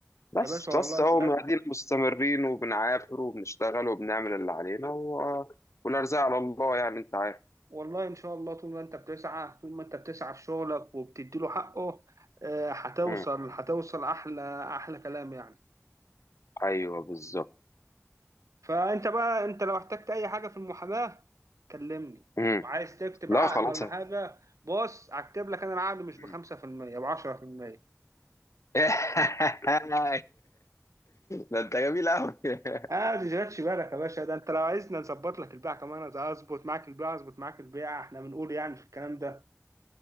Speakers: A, on the left; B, on the right.
A: بس
B: يا باشا والله
A: بس اهو
B: بجد
A: قاعدين مستمرين وبنعافر وبنشتغل وبنعمل اللي علينا و... والارزاق على الله يعني انت عارف
B: والله إن شاء الله طول ما أنت بتسعى طول ما أنت بتسعى في شغلك وبتديله حقه آه، هتوصل
A: مم.
B: هتوصل أحلى أحلى كلام يعني
A: ايوه بالظبط
B: فأنت بقى أنت لو احتجت أي حاجة في المحاماة كلمني
A: مم.
B: وعايز تكتب
A: لا
B: عقد
A: خلاص
B: ولا حاجة بص هكتب لك أنا العقد مش بخمسة
A: مم.
B: في المية بعشرة في المية
A: <laughs> ده انت جميل قوي <laughs>
B: آه ما تشغلش بالك يا باشا ده أنت لو عايزنا نظبط لك البيع كمان انا أظبط معاك البيع أظبط معاك البيع إحنا بنقول يعني في الكلام ده